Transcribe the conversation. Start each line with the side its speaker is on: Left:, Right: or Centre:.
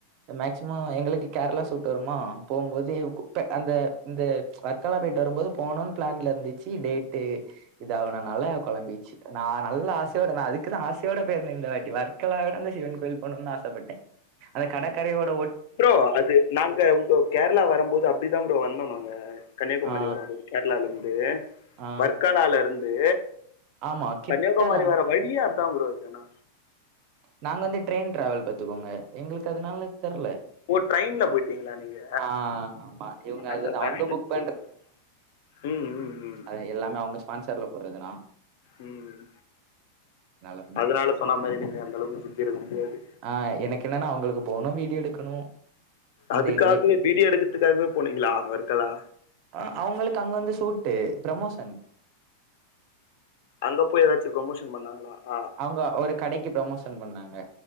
Right: மேக்சிமோ எங்களுக்கு கேர்ளா சூட்டு வருமா போம்போதே குப்ப அந்த இந்த வர்காலா போய்ட்டு வரும்போது போணுன் ப்ளான்லருந்துச்சு டேட்டு இதாவுனால கொழம்பிச்சு நா நல்லா த்தோட நா அதுக்கு தா ஆசயோட போயிருந்தே இந்த வாட்டி வொர்க்கலா விட அந்த சிவன் கோயில் போனுன் தா ஆசப்பட்டே அது
Left: ம்
Right: கடற்க்கரையோட
Left: ம் ப்ரோ அது நாங்க ஒங்க கேர்ளா வரம்போது அப்டிதா ப்ரோ வந்தோ நாங்க கன்னியாகுமாரி
Right: ஆ
Left: வரம்போது கேர்ளாலந்து
Right: ஆ
Left: வர்காலாலருந்து
Right: ஆமா கிட்டதா
Left: கன்னியாகுமாரி வர வழியே அதா ப்ரோ ஏனா
Right: நாங்க வந்து ட்ரெயின் டிராவல் பாத்துக்கோங்க எங்களுக்கு அதனால தெர்ல
Left: ஓ ட்ரெயின்ல போய்ட்டீங்களா நீங்க
Right: ஆ ஆமா இவங்க
Left: நாங்க
Right: அது
Left: வேன்
Right: அவங்க புக்
Left: எடுத்துட்டு போனோ ம் ம் ம்
Right: அதா எல்லாமே அவுங்க ஸ்பான்சர்ல போட்றதுணா
Left: ம்
Right: அப்டி
Left: அதனால சொன்ன மாரி நீங்க அந்தளவுக்கு சுத்திருக்க முடியாது
Right: ஆ எனக்கென்னானா அவுங்களுக்கு போணு வீடியோ எடுக்கணு அந்த
Left: அதுக்காகவே
Right: இதுவே
Left: வீடியோ எடுக்கதுக்காகவே போனீங்களா வர்க்கலா
Right: ஆ அவுங்களுக்கு அங்க வந்து சூட்டு ப்ரமோஷன்
Left: அங்க போய் எதாச்சு ப்ரமோஷன் பண்ணாங்களா ஆ
Right: அவுங்க ஒரு கடைக்கு ப்ரமோஷன் பண்ணாங்க